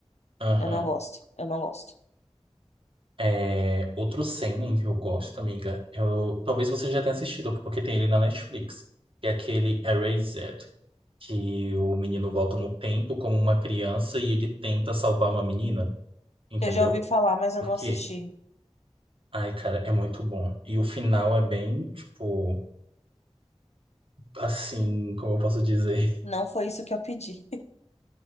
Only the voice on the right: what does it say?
Aham.
É, outro seinen que eu gosto, amiga. Eu, talvez você já tenha assistido, porque tem ele na Netflix. Que é aquele Erased, que o menino volta no tempo como uma criança e ele tenta salvar uma menina, entendeu?
Porque,
ai, cara, é muito bom. E o final é bem, tipo, assim, como eu posso dizer?